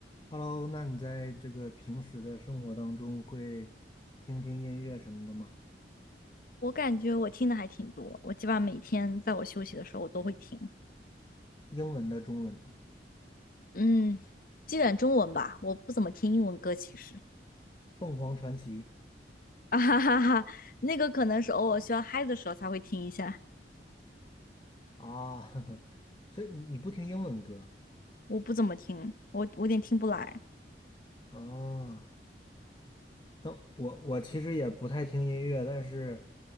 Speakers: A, on the left; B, on the left.
A: Hello，那你在这个平时的生活当中会听听音乐什么的吗？
B: 我感觉我听的还挺多，我基本上每天在我休息的时候我都会听，
A: 英文的、中文的，
B: 嗯，基本中文吧，我不怎么听英文歌，其实。<laughs>
A: 凤凰传奇
B: 啊哈哈哈，那个可能是偶尔需要嗨的时候才会听一下，
A: 啊，<laughs> 呵呵，所以你你不听英文歌
B: 我不怎么听，我我有点听不来，
A: 啊？但我我其实也不太听音乐，但是